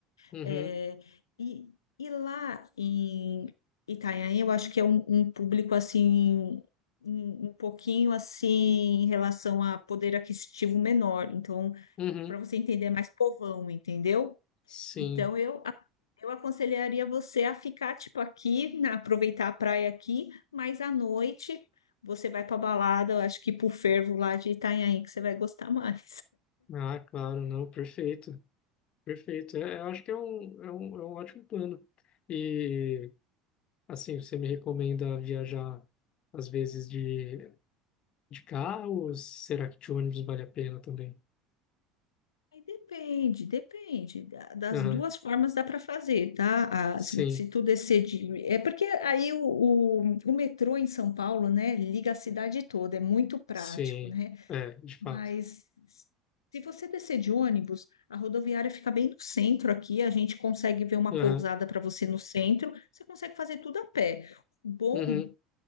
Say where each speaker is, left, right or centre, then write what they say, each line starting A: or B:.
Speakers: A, on the left; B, on the left.
A: uhum,
B: É, e, e lá em Itanhaém, eu acho que é um, um público assim, um, um pouquinho assim em relação a poder aquisitivo menor. Então,
A: uhum,
B: para você entender, é mais povão, entendeu?
A: sim.
B: Então, eu, a- eu aconselharia você a ficar tipo aqui, na- aproveitar a praia aqui, mas à noite você vai para balada, eu acho que pro fervo lá de Itanhaém, que você vai gostar <laughs> mais.
A: Ah, claro, não, perfeito, perfeito. É, eu acho que é um, é um, é um ótimo plano. E, assim, você me recomenda viajar, às vezes, de, de carro ou será que de ônibus vale a pena também?
B: Aí depende, depende. Da- Das
A: Aham,
B: duas formas dá para fazer, tá?
A: Sim,
B: Ah, se, se tu descer de. É porque aí o, o, o metrô em São Paulo, né, liga a cidade toda, é muito prático,
A: sim,
B: né?
A: é, de fato.
B: Mas se você descer de ônibus, a rodoviária fica bem no centro aqui, a gente consegue ver uma
A: Aham,
B: pousada para você no centro, você consegue fazer tudo a pé. O bom
A: Uhum,